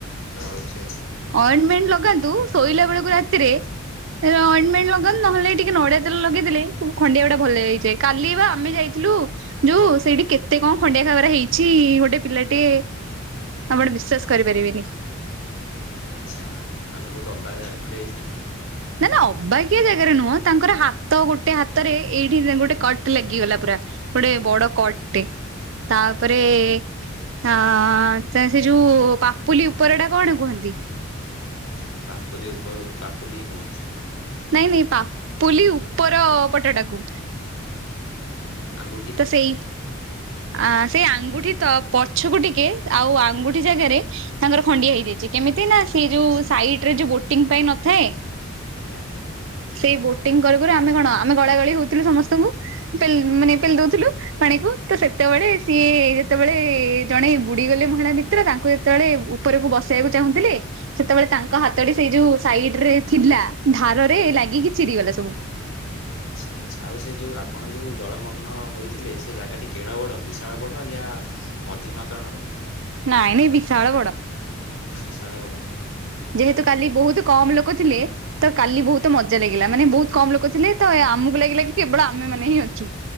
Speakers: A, on the left; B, on the right.
A: ଚଳାଉଚି ଆଉ।
B: ଅଇଁଣ୍ଟମେଣ୍ଟ ଲଗାନ୍ତୁ ଶୋଇଲା ବେଳକୁ ରାତିରେ। ଏ ଅଇଁଣ୍ଟମେଣ୍ଟ ଲଗନ୍ତୁ ନହଲେ ଟିକେ ନଡିଆ ତେଲ ଲଗେଇ ଦେଲେ ଖଣ୍ଡିଆ ଗୁଡା ଭଲ ହେଇଯଏ। କାଲି ବା ଆମେ ଯାଇଥିଲୁ। ଯୋଉ ସେଇଟି କେତେ କଣ ଖଣ୍ଡିଆ ଖାବରା ହେଇଚି ଗୋଟେ ପିଲାଟେ ଆପଣ ବିଶ୍ଵାସ କରିପାରିବେନି।
A: ଆଚ୍ଛା ମାନେ ବହୁତ ଅବାଗିଆରେ ଖଣ୍ଡିଆ ହେଇଚି ନା କଣ।
B: ନା ନା ଅବାଗିଆ ଜାଗାରେ ନୁହଁ ତାଙ୍କର ହାତ ଗୋଟେ ହାତରେ ଏଇଠି ଗୋଟେ କଟ ଲାଗିଗଲା ପୁରା। ଗୋଟେ ବଡ କଟଟେ ତାପରେ ହଁ ସେ ଯୋଉ ପାପୁଲି ଉପର ଟା କଣ କୁହନ୍ତି?
A: ଆ ପାପୁଲି ଉପରକୁ ପାପୁଲି ହିଁ କୁହନ୍ତି।
B: ନାଇଁ ନାଇଁ ପାପୁଲି ଉପର ପଟଟାକୁ।
A: ଆଙ୍ଗୁଠି।
B: ତ ସେଇ ଆ ସେଇ ଆଙ୍ଗୁଠି ତ ପଛକୁ ଟିକେ ଆଉ ଆଙ୍ଗୁଠି ଜାଗାରେ ତାଙ୍କର ଖଣ୍ଡିଆ ହେଇଯାଇଚି କେମିତି ନା ସେ ଯୋଉ ସାଇଟ ରେ ଯୋଉ ବୋଟିଂ ପାଇଁ ନଥାଏ
A: ଆଜ୍ଞା।
B: ସେଇ ବୋଟିଂ କରୁ କରୁ ଆମେ କଣ ଆମେ ଗଳା ଗଳି ହଉଥିଲୁ ସମସ୍ତଙ୍କୁ ମାନେ ପେଲି ଦଉଥିଲୁ। ପାଣିକୁ ତ ସେତେବେଳେ ସିଏ ଯେତେବେଳେ ଜଣେ ବୁଡି ଗଲେ ମହିଳା ମିତ୍ର ତାଙ୍କୁ ଯେତେବେଳେ ଉ ଉପରକୁ ବସେଇବାକୁ ଚାହୁଁଥିଲେ ସେତେବେଳେ ତାଙ୍କ ହାତଟି ସେଇ ଯୋଉ ସାଇଡ ରେ ଥିଲା। ଧାର ରେ ଲାଗିକି ଛିରିଗଲା ସବୁ।
A: ଆଚ୍ଛା ଆଚ୍ଛା ଆଉ ସେ ଯଉ ଆପଣ ଯଉ ଜଳମଗ୍ନ ହୋଇଥିଲେ ସେ ଜାଗାଟି କେଡ଼େ ବଡ଼ ବିଶାଳ ବଡ଼ ୟା ମଧ୍ୟମ ଆକରଣର।
B: ନାଇଁ ନାଇଁ ବିଶାଳ ବଡ।
A: ବିଶାଳ ବଡ଼।
B: ଯେହେତୁ କାଲି ବହୁତ କମ ଲୋକ ଥିଲେ। ତ କାଲି ବହୁତ ମଜା ଲାଗିଲା ମାନେ ବହୁତ କମ ଲୋକ ଥିଲେ ତ ଆମକୁ ଲାଗିଲା କି କେବଳ ଆମେ ମାନେ ହିଁ ଅଛୁ।